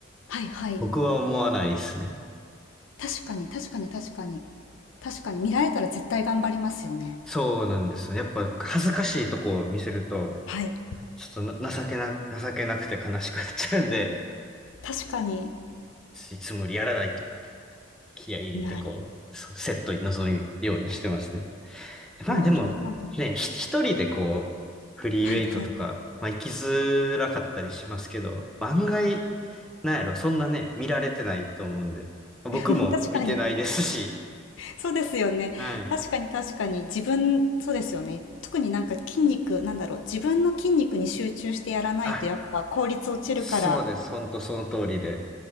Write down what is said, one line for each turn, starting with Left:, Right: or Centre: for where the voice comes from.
Left: はいはい。
Centre: 僕は思わないですね。
Left: 確かに確かに確かに。確かに見られたら絶対頑張りますよね。
Centre: そうなんですね。やっぱ恥ずかしいとこを見せると、
Left: はい。
Centre: ちょっとな情けな、情けなくて悲しくなっちゃうんで、
Left: 確かに。
Centre: いつもよりやらないと気合い入れてこう、
Left: なる、
Centre: そうセットに臨むようにしてますね。まあでも、
Left: なるほど。
Centre: ね、ひ一人でこう、フリーウェイトとか、
Left: はいはい。
Centre: まあ行きづらかったりしますけど、案外、なんやろ、そんなね、見られてないと思うんで。僕も見てないですし。
Left: <laughs> 確かに。そうですよね。
Centre: <laughs> はい。
Left: 確かに確かに。自分、そうですよね。特になんか筋肉、なんだろう。自分の筋肉に集中してやらないとやっぱ効率落ちるから。
Centre: あ、そうです。ほんとその通りで。